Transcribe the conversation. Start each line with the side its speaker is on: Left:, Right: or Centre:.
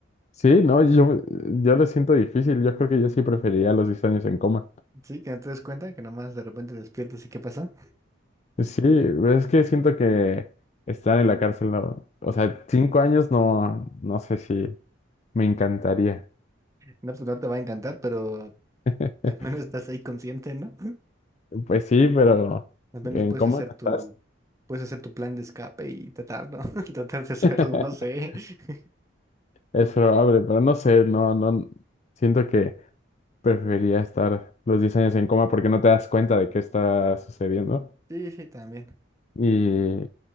Left: Sí, no, yo, yo lo siento difícil, yo creo que yo sí preferiría los diez años en coma.
Right: Sí, que no te des cuenta, que nomás de repente despiertas y ¿qué pasa?
Left: Sí, pero es que siento que estar en la cárcel, no, o
Right: No,
Left: sea, cinco años no, no sé si me encantaría.
Right: pues no te va a encantar, pero
Left: <laughs>
Right: al menos estás ahí consciente, ¿no?
Left: Pues sí, pero
Right: Al menos
Left: ¿en
Right: puedes
Left: cómo
Right: hacer
Left: estás?
Right: tu, puedes hacer tu plan de escape y tratarlo, <laughs> tratar de hacerlo,
Left: <laughs>
Right: no sé. <laughs>
Left: Es probable, pero no sé, no, no, siento que preferiría estar los 10 años en coma porque no te das cuenta de qué está sucediendo
Right: Sí, sí, también.
Left: y,